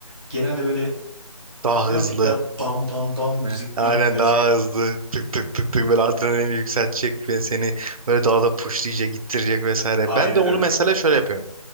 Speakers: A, in the centre; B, on the right (about 65°).
A: genelde böyle
B: Daha
A: birazcık
B: hızlı.
A: daha bam bam bam müzikleri
B: Heh, Aynen
A: tercih
B: daha
A: ederim.
B: hızlı tık tık tık tık böyle adrenalini yükseltecek ve seni böyle daha da pushlayacak ittirecek vesaire.
A: Aynen
B: Ben de onu
A: öyle.
B: mesela şöyle yapıyorum.